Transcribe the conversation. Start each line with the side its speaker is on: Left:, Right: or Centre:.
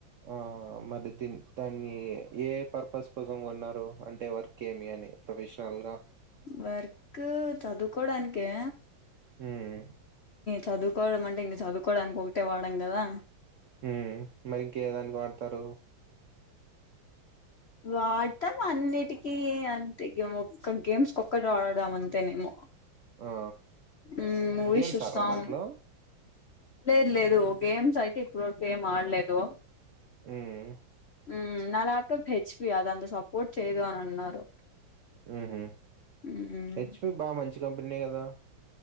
Right: ఆ మరి దీన్ని దాన్ని ఏ పర్పస్ కోసం కొన్నారు అంటే వర్క్ ఏమి అని ప్రొఫెషనల్గా
Left: వర్క్ చదుకోడానికే
Right: హ్మ్
Left: చదువుకోవడం అంటే ఇంక చదువుకోవడానికి ఒకటే వాడం గదా
Right: హ్మ్ మరింకేదానిక్ వాడ్తారు?
Left: వాడ్తం అన్నిటికీ అంతే ఎమో ఒక్క గేమ్స్ ఒక్కల్ వాడం అంతేనేమో
Right: ఆ
Left: మ్ మూవీస్
Right: గేమ్స్
Left: చూస్తాం.
Right: ఆడరా దాంట్లో
Left: లేద్ లేదు గేమ్స్ అయితే ఇప్పట్ వరకు ఏం ఆడ్లేదు.
Right: మ్
Left: మ్ నా లాప్టాప్ తెచ్చింది అదంత సపోర్ట్ చేయదు అన్ అన్నారు.
Right: మ్ బిహ్
Left: ఉమ్
Right: హెచ్. పి బాగా మంచి కంపెనీ కదా